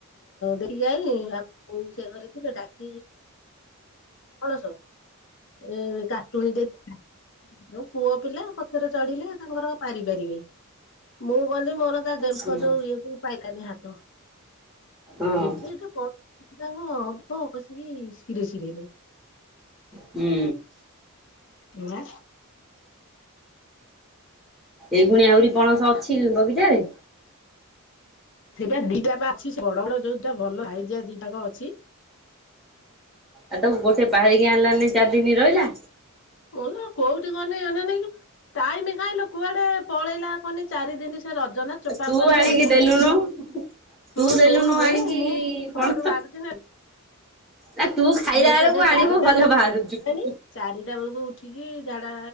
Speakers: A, on the left; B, in the centre.
A: ଦେଖି ଯାଇ ଆମ କୋଉ ସେ ଘରେ ଥିଲେ ଡାକ କଣସ ଏ କାଟୁଣୀ ଦେଇଥିଲା। ଯୋଉ ପୁଅ ପିଲା ପଛରେ ଚଢିଲେ ତାଙ୍କର ପାରି ପାରିବେ ମୁଁ ଗଲି ମୋର ଡେମ୍ଫ
B: ହୁଁ
A: ଯୋଉ ଇଏବଉ ପାଇଲାନି ହାତ ତ।
B: ହଁ
A: ଏବେଠୁ ପ ହଁ ହବ ପସିକି ସିରେ ସିରେ ହେଲ
B: ହୁଁ।
A: ନା
B: ଏଇଗୁଣି ଆହୁରି ପଣସ ଅଛି ବଗିଚାରେ
A: ସେବେ ଦିଟା ବା ଅଛି ବଡ ବଡ ଯୋଉଟା ଭଲ ହାଇଜିଆ ଦିଟାକ ଅଛି
B: ଆଉ ତ ଗୋଟେ ବାହାରିକି ଆଣିଲାନି ଚାରିଦିନି ରହିଲା।
A: ହ କୋଉଠି କଲେ ନାଇଁ ଟାଇମି କାଇହିଁ ଲୋ କୁଆଡେ ପଳେଇନା ହନି ଚାରି ଦିନ ସି ସେ ରଜ ନା ଚୋପା
B: ଆଉ ତୁ
A: କୁଆଡେ
B: ଆଣିକି
A: ପଳିଲା
B: ଦେଲୁନୁ ତୁ
A: ହୁଁ
B: ଦେଲୁନୁ
A: ହୁଁ ମୁଁ
B: ଆଣିକି
A: ମୁଁ ମୋ
B: ପଣସ
A: ଘରୁ ବାହାରୁଛିିନ।
B: ନା ତୁ ଖାଇଲା
A: ମୁଁ
B: ବେଳକୁ
A: ତ ସେ
B: ଆଣିବୁ
A: ଚାରିଟାରୁୁ
B: ଭଲ
A: ହେଲେଣିି
B: ବାହାରୁଛି ହୁଁ
A: ଚାରିଟା ବେଳକୁ ଉଠିକି ଝାଡା